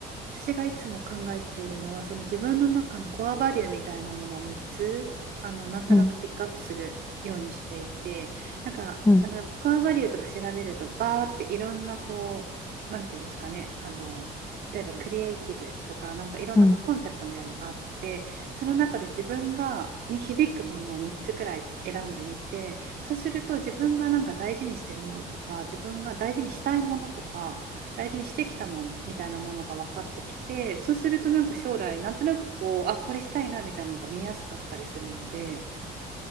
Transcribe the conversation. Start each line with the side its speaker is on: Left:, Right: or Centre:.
Right: 私がいつも考えているのは、その自分の中のコアバリューみたいなものを3つ、あの、なんとなくピックアップするようにしていて、
Left: うん、
Right: なんか、
Left: うん、
Right: あの、コアバリューとか調べると、バーっていろんな、こう、なんていうんですかね、あの、例えばクリエイティブとか、なんかいろんなこうコンセプトみたいなのがあって、
Left: うん。
Right: その中で自分がに響くものを3つくらい選んでみて、そうすると自分がなんか大事にしてるものとか、自分が大事にしたいものとか、大事にしてきたものみたいなものが分かってきてそうするとなんか将来なんとなくこうあこれしたいなみたいなのが見えやすかったりするので